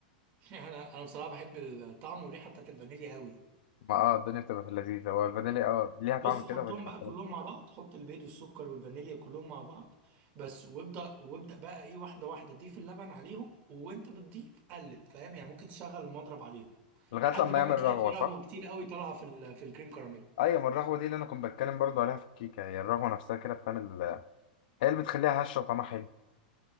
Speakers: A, on the right (about 35°); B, on the left (about 65°).
A: <laughs> انا انا بصراحه بحب الطعم والريحه بتاعت الفانيليا قوي
B: <laughs> ما اه الدنيا بتبقى في اللذيذه هو الفانيليا اه ليها طعم
A: بص
B: كده
A: حطهم
B: من حفلة.
A: بقى كلهم مع بعض حط البيض والسكر والفانيليا كلهم مع بعض بس وابدا وابدا بقى ايه واحده واحده ضيف اللبن عليهم وانت بتضيف قلب فاهم يعني ممكن تشغل المضرب عليهم
B: <laughs> لغايه
A: لحد
B: لما
A: بقى
B: يعمل
A: ما تلاقي
B: رغوه
A: في
B: صح
A: رغوه كتير قوي طالعه في ال- في الكريم كراميل
B: ايوه ما الرغوه دي اللي انا كنت بتكلم برضو عليها في الكيكه هي الرغوه نفسها كده بتعمل هي اللي بتخليها هشه وطعمها حلو